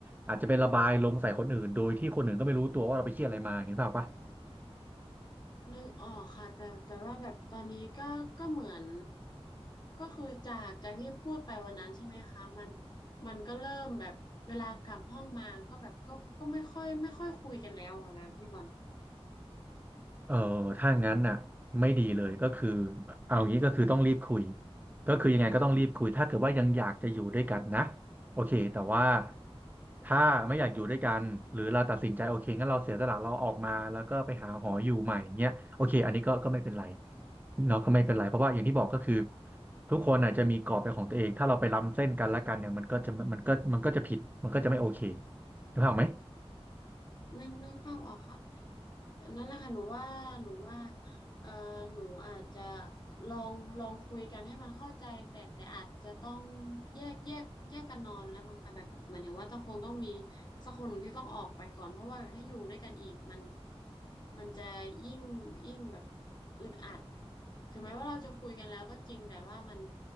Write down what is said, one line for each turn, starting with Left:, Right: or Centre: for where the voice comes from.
Right: อาจจะไประบายลงใส่คนอื่นโดยที่คนอื่นก็ไม่รู้ตัวว่าเราไปเครียดอะไรมาเห็นเปล่าปะ
Left: นึกออกค่ะแต่แต่ว่าแบบตอนนี้ก็ก็เหมือนก็คือจากจากที่พูดไปวันนั้นใช่ไหมคะมันมันก็เริ่มแบบเวลากลับห้องมาก็แบบก็ก็ไม่ค่อยไม่ค่อยคุยกันแล้วอะนะพี่บอล
Right: เออถ้างั้นน่ะไม่ดีเลยก็คือเอางี้ก็คือต้องรีบคุยก็คือยังไงก็ต้องรีบคุยถ้าเกิดว่ายังอยากจะอยู่ด้วยกันนะโอเคแต่ว่าถ้าไม่อยากอยู่ด้วยกันหรือเราตัดสินใจโอเคงั้นเราเสียสละเราออกมาแล้วก็ไปหาหออยู่ใหม่เงี้ยโอเคอันนี้ก็ก็ไม่เป็นไรเนาะก็ไม่เป็นไรเพราะว่าอย่างที่บอกก็คือทุกคนอาจจะมีกรอบเป็นของตัวเองถ้าเราไปล้ำเส้นกันและกันเนี่ยมันก็จะมันก็มันก็จะผิดมันก็จะไม่โอเคถูกไหม
Left: นึกนึกภาพออกค่ะนั่นแหละค่ะหนูว่าหนูว่าเอ่อหนูอาจจะลองลองคุยกันให้มันเข้าใจแต่แต่อาจจะต้องแยกแยกแยกกันนอนแล้วมั้งค่ะแบบเหมือนถึงว่าต้องคงต้องมีสักคนหนึ่งที่ต้องออกไปก่อนเพราะว่าแบบถ้าอยู่ด้วยกันอีกมันมันจะยิ่งยิ่งแบบอึดอัดถึงแม้ว่าเราจะคุยกันแล้วก็จริงแต่ว่ามัน